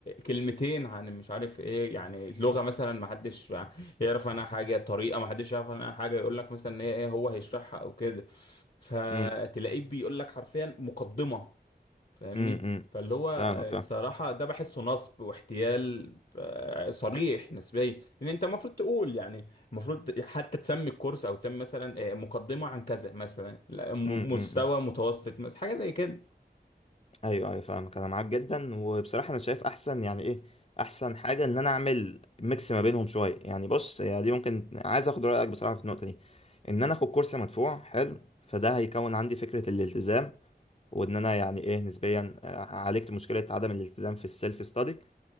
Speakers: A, on the left (about 60°); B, on the left (about 35°).
A: كلمتين عن مش عارف ايه يعني لغه مثلا محدش يعرف عنها حاجه طريقه محدش يعرف عنها حاجه يقول لك مثلا إن هي ايه هو هيشرحها او كده فتلاقيه
B: مم.
A: بيقول لك حرفيا مقدمه فاهمني
B: امم امم.
A: فاللي هو
B: فاهمك
A: الصراحة
B: فاهم
A: ده بحسه نصب واحتيال آه، صريح نسبيا لأن أنت المفروض تقول يعني المفروض حتى تسمي الكورس أو تسمي مثلا آه، مقدمة عن كذا مثلا لا، م-
B: امم
A: مستوى
B: امم، امم.
A: متوسط مثلا حاجة زي كده
B: ايوه ايوه فاهمك انا معاك جدا وبصراحه انا شايف احسن يعني ايه احسن حاجه ان انا اعمل ميكس ما بينهم شويه يعني بص هي دي ممكن عايز اخد رايك بصراحه في النقطه دي ان انا اخد كورس مدفوع حلو فده هيكون عندي فكره الالتزام وان انا يعني ايه نسبيا آه، عالجت مشكله عدم الالتزام في السيلف ستادي